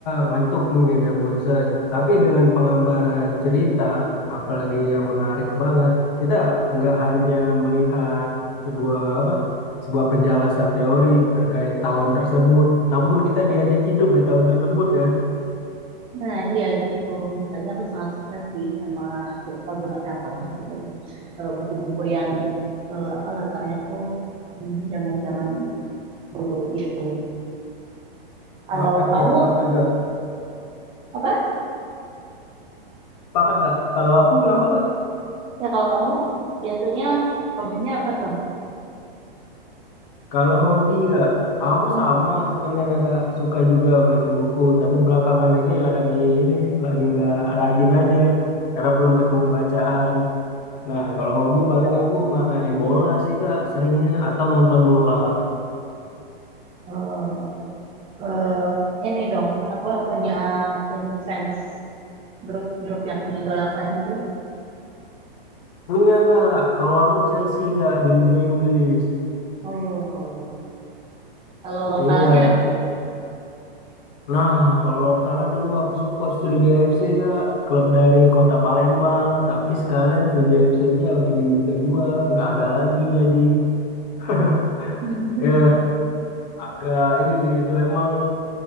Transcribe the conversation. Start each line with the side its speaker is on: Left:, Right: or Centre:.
Left: ngantuk mungkin ya bosan tapi dengan pengambaran cerita apalagi yang menarik banget kita nggak hanya melihat sebuah apa sebuah penjelasan teori terkait tahun tersebut namun kita diajak hidup di tahun tersebut ya
Right: nah iya gitu makanya aku sangat suka sih sama lagu eh, apa lagu lagi. Eh, buku-buku yang eh, apa latarnya tuh hmm, zaman-zaman dulu gitu kalau
Left: Sepakat
Right: kamu
Left: gak? Sepakat gak?
Right: apa
Left: Pakat kak. Kalau aku kenapa kak?
Right: ya kalau kamu biasanya hobinya apa tuh
Left: Kalau hobi kak, aku sama sebenarnya kak. Suka juga baca buku, tapi belakangan ini lagi ini lagi nggak rajin aja karena belum ketemu bacaan. Nah, kalau hobi paling aku main bola sih kak, seringnya atau nonton bola.
Right: Eh, eh, ini dong apa punya ini sense Grup-grup yang diidolakan gitu.
Left: Punya kak, kalau aku Chelsea kak di Liga Inggris.
Right: Oh, kalau lokalnya
Left: Iya,
Right: ada.
Left: Nah, kalau lokalnya dulu aku support Sriwijaya FC Kak, klub dari kota Palembang. Tapi sekarang Sriwijaya FC-nya udah di Liga 2 nggak ada lagi jadi. <laughs>
Right: <laughs>
Left: Ya, agak ini sih itu emang